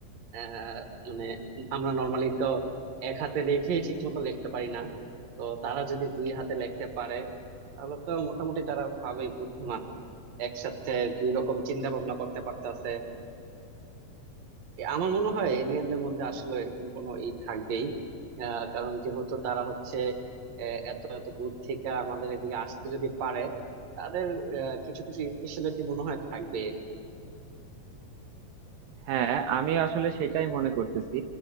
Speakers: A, on the right (about 60°); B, on the right (about 80°).
A: আহ মানে আমরা নর্মালি তো এক হাতে লিখেই ঠিক মতো লিখতে পারি না তো তারা যদি দুই হাতে লিখতে পারে তাহলে তো মোটামুটি তারা ভালোই বুদ্ধিমান একসাথে দুই রকম চিন্তা ভাবনা করতে পারতেছে আমার মনে হয় এলিয়েনদের মধ্যে আসলে এরকম কোনো ই থাকবেই আহ, কারণ যেহেতু তারা হচ্ছে আহ, এত এত দূর থেকে আমাদের এদিকে আসতে যদি পারে তাদের আহ, কিছু কিছু স্পেশালিটি মনে হয় থাকবে এরকম
B: হ্যাঁ আমি আসলে সেটাই মনে করতেছি